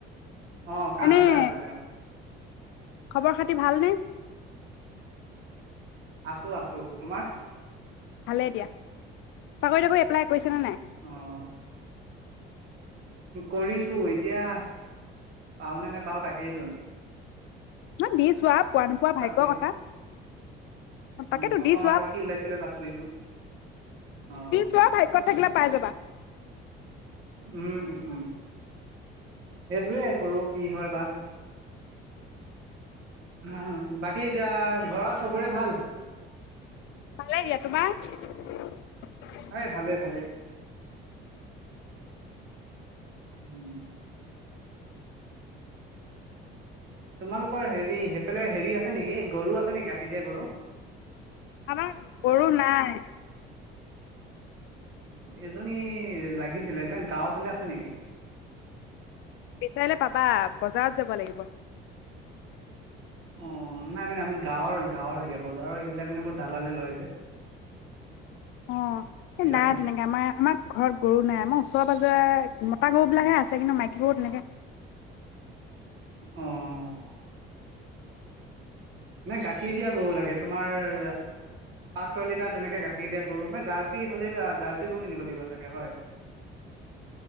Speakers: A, on the right; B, on the left.
A: অ', কাম
B: এনেই
A: এটা আছিলে অ',
B: খবৰ খাতি ভালনে
A: আছো আছো তোমাৰ
B: ভালে দিয়া চাকৰি তাকৰি এপ্লাই কৰিছে নে নাই
A: অ' কৰিছোঁ, এতিয়া পাওঁ নে নেপাওঁ তাকেইতুন।
B: ন দি চোৱা, পোৱা নোপোৱা ভাগ্যৰ
A: কৰিছো
B: কথা।
A: উম,
B: তাকেতো
A: অসম
B: দি চোৱা।
A: আৰক্ষী ওলাইছিলে তাত কৰিছো অ',
B: দি চোৱা ভাগ্যত থাকিলে পাই যাবা।
A: উম, উম। সেইটোয়ে কৰোঁ কি হয় বা? অহ, বাকী আহ, ঘৰত সবৰে ভাল?
B: ভালে দিয়া, তোমাৰ?
A: এ ভালেই ভালেই। উম। তোমালোকৰ হেৰি সেইফালে হেৰি আছে নেকি, গৰু আছে নেকি? গাখীৰ দিয়া গৰু?
B: আমাৰ গৰু নাই
A: এজনী লাগিছিলে গ-গাঁওৰ ফালে আছে নেকি?
B: বিচাৰিলে পাবা, বজাৰত যাব লাগিব।
A: অহ, নাই মানে আমি গাঁৱৰ-গাঁৱৰ লাগে। বজাৰৰ এইবিলাক মানে বহুত দালালে লয় যে।
B: অহ।
A: বুজিছানে।
B: এই নাই তেনেকে আমাৰ। আমাৰ ঘৰত গৰু নাই। আমাৰ ওচৰেৰ পাজৰে তা গৰুবিলাকেহে আছে কিন্তু মাইকী গৰু তেনেকে
A: অহ। নাই গাখীৰ দিয়া গৰু লাগে। তোমাৰ আহ পাঁচ ছয় লিটাৰ তেনেকে গাখীৰ দিয়া গৰু, মানে জাৰ্চি হ'লে লা জাৰ্চি গৰু কিনিব লাগিব চাগে হয়।